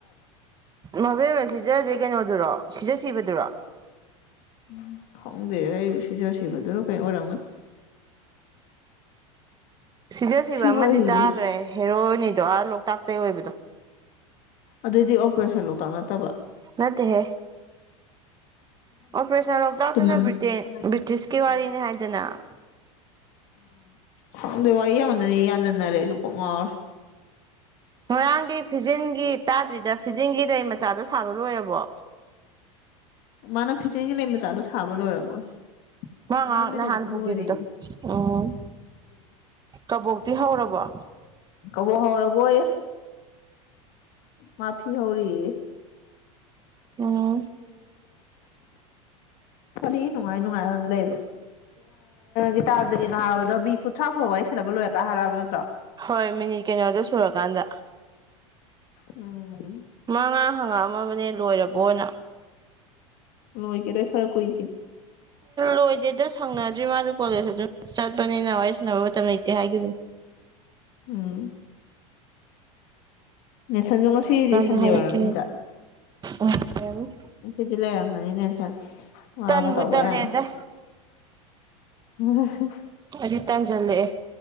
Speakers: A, on the right (about 25°); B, on the left (about 55°).
A: ꯃꯕꯦꯝꯅ ꯁꯤꯖꯁꯦ ꯀꯩꯅꯣꯗꯨꯔꯣ ꯁꯤꯖ ꯁꯤꯕꯗꯨꯔꯣ
B: ꯎꯝ ꯈꯪꯗꯦ ꯑꯩꯁꯨꯨ ꯁꯤꯖ ꯁꯤꯕꯗꯨꯔꯣ ꯀꯩ ꯑꯣꯏꯔꯝꯒꯅꯤ
A: ꯁꯤꯖ ꯁꯤꯕ
B: ꯁꯤ ꯋꯥꯔꯤꯁꯦ
A: ꯑꯃꯗꯤ ꯇꯥꯈ꯭ꯔꯦ ꯍꯦꯔꯣꯏꯅꯤꯗꯣ ꯑ ꯂꯣꯛꯇꯥꯛꯇꯩꯒꯤ ꯑꯣꯏꯕꯗꯣ
B: ꯑꯗꯨꯑꯣꯏꯗꯤ ꯑꯣꯄꯔꯦꯁꯟ ꯂꯣꯛꯇꯥꯛ ꯅꯠꯇꯕ
A: ꯅꯠꯇꯦꯍꯦ ꯑꯣꯄꯔꯦꯁꯟ ꯂꯣꯛꯇꯥꯛꯇꯨꯅ
B: ꯇꯃꯜ
A: ꯕ꯭ꯔꯤꯇꯦꯟ
B: ꯎꯝ
A: ꯕ꯭ꯔꯤꯇꯤꯁꯀꯤ ꯋꯥꯔꯤꯅꯤ ꯍꯥꯏꯗꯅ
B: ꯈꯪꯪꯗꯦ ꯋꯥꯔꯤꯌꯥꯝꯕꯟꯗꯅꯤ ꯌꯥꯟꯁꯤꯟꯅꯔꯦꯁꯨ ꯀꯣꯡ ꯉꯥꯎꯔ
A: ꯃꯣꯏꯔꯥꯡꯒꯤ ꯐꯤꯖꯤꯟꯒꯤ ꯇꯥꯗ꯭ꯔꯤꯗ ꯐꯤꯖꯤꯡꯒꯤꯗ ꯃꯆꯥꯗꯣ ꯁꯥꯕ ꯂꯣꯏꯔꯕꯣ
B: ꯃꯥꯅ ꯐꯤꯆꯤꯡꯒꯤ ꯂꯩ ꯃꯆꯥꯗꯨꯣ ꯁꯥꯕ ꯂꯣꯏꯔꯕꯣꯏ
A: ꯃꯥ
B: ꯅꯪꯉꯣꯟꯗꯩ
A: ꯉꯍꯥꯛ ꯅꯍꯥꯟ
B: ꯂꯧꯕꯗꯣ
A: ꯄꯨꯈꯤꯕꯗꯣ
B: ꯂꯣꯏꯔꯦ
A: ꯎꯝ ꯀꯕꯣꯛꯇꯤ ꯍꯧꯔꯕ
B: ꯀꯕꯣꯛꯍꯣ ꯔꯔꯕꯣ ꯑꯦ ꯃꯥꯐꯤ ꯍꯧꯔꯤ
A: ꯎꯝ
B: ꯈ ꯅꯅꯨꯡꯉꯥꯏ ꯅꯅꯨꯡꯉꯥꯏꯝ ꯂꯩ ꯒꯤꯇꯥꯥꯟꯖꯂꯤ ꯅ ꯍꯥꯏꯕꯗꯣ ꯃꯤ ꯀꯨꯟꯊ꯭ꯔꯥ ꯐꯥꯎꯕ ꯋꯥꯔꯤ ꯁꯟꯅꯕ ꯂꯣꯏꯔꯒꯍꯥꯏꯔꯛꯑꯣ ꯅꯠꯇ꯭ꯔꯣ
A: ꯍꯣꯏ ꯃꯤꯅꯤꯠ ꯀꯩꯅꯣꯗꯣ ꯁꯨꯔꯀꯥꯟꯗ
B: ꯎꯝ
A: ꯃꯉꯥ ꯍꯪꯉꯛꯑꯝꯃꯕꯅꯦ ꯂꯣꯏꯔꯕ ꯑꯣꯏꯅ
B: ꯂꯣꯏ ꯀꯔꯦ ꯐꯔꯛ ꯑꯣꯏ
A: ꯂꯣꯏꯗꯦꯗ ꯁꯪꯅꯗ꯭ꯔꯤ ꯃꯥꯁꯨ ꯀꯣꯂꯦꯖ ꯑꯗꯨꯝ ꯆꯠꯄꯅꯤꯅ ꯍ ꯅ ꯃꯇꯝꯝ ꯏꯇꯦ ꯍꯥꯏꯒ
B: ꯎꯝ ꯅꯦꯁꯟꯁꯨ
A: ꯂꯣꯏꯔꯀꯥꯟꯗ
B: ꯉꯁꯤꯗꯤ ꯁꯟꯗꯦ
A: ꯍꯥꯏꯔꯛꯀꯦ
B: ꯋꯥꯏꯔꯝꯅꯤꯗ
A: ꯎꯝ ꯑꯣꯏꯔꯝꯅꯤ
B: ꯑꯁꯤꯗꯤ ꯂꯩꯔꯝꯒꯅꯤꯅꯦ ꯁꯟ ꯃꯥ
A: ꯇꯟꯕꯨ
B: ꯑꯃ ꯇꯧꯕ
A: ꯇꯜꯂꯦꯗ
B: ꯌꯥꯅꯤ ꯎꯝ
A: ꯑꯗꯤ ꯇꯥꯟꯖꯂꯦ